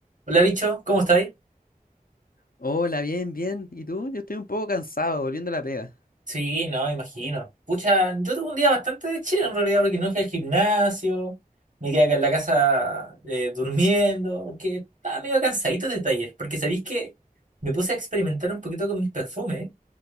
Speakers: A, on the right (about 55°); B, on the left (about 70°).
A: Hola, bicho, ¿cómo estáis?
B: Hola, bien, bien. ¿Y tú? Yo estoy un poco cansado, volviendo a la pega.
A: Sí, no, me imagino. Pucha, yo tuve un día bastante de chile en realidad porque no fui al gimnasio, me quedé acá en la casa eh, durmiendo, porque estaba medio cansadito del taller, porque sabéis que me puse a experimentar un poquito con mis perfumes